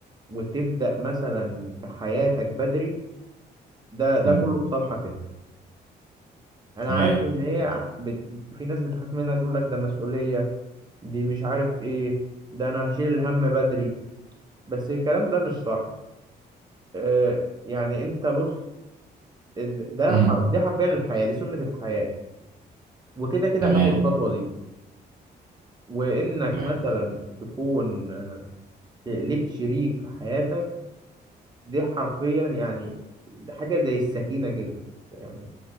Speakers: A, on the right (about 25°); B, on the right (about 55°).
A: وتبدأ مثلا في حياتك بدري ده ده
B: امم
A: كله في صالحك انت انا
B: تمام
A: عارف ان هي بت... في ناس بتخاف منها تقول لك ده مسؤولية دي مش عارف ايه ده انا هشيل الهم بدري بس الكلام ده مش صح آه يعني انت بص د- ده
B: امم
A: حر... دي حرفيا الحياة دي سنة الحياة وكده كده
B: تمام
A: هتاخد الخطوة دي وانك
B: تمام
A: مثلا تكون ليك شريك في حياتك دي حرفيا يعني حاجة زي السكينة كده يعني